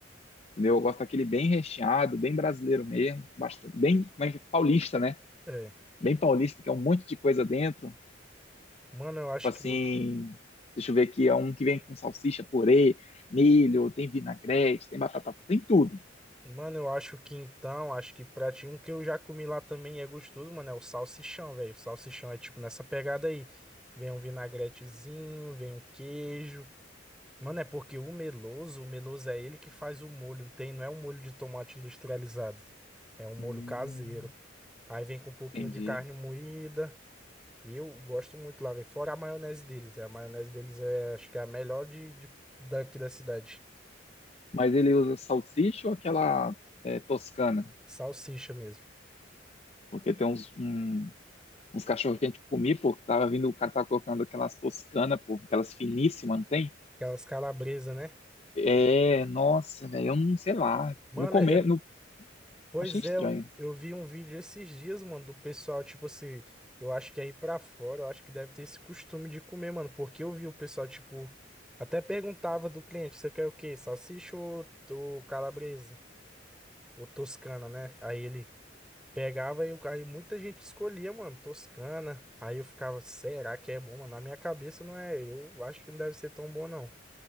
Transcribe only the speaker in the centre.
É.
Mano, eu acho
que o
Mano, eu acho que então, acho que pra ti, um que eu já comi lá também e é gostoso, mano, é o salsichão, velho. O salsichão é tipo nessa pegada aí. Vem um vinagretezinho, vem um queijo. Mano, é porque o meloso, o meloso é ele que faz o molho, não tem, não é um molho de tomate industrializado. É um molho
caseiro. Aí vem com um pouquinho
de carne moída. E eu gosto muito lá, velho. Fora a maionese deles, é. A maionese deles é, acho que é a melhor de, de- daqui da cidade.
Salsicha mesmo.
Aquelas calabresa, né?
Mano,
é,
pois
é, eu eu vi um vídeo esses dias, mano, do pessoal, tipo assim, eu acho que aí pra fora, eu acho que deve ter esse costume de comer, mano, porque eu vi o pessoal, tipo, até perguntava do cliente, você quer o quê? Salsicha ou, ou calabresa? Ou toscana, né? Aí ele Pegava e o cara, e muita gente escolhia, mano, Toscana. Aí eu ficava, será que é bom, mano? Na minha cabeça não é, eu acho que não deve ser tão bom, não.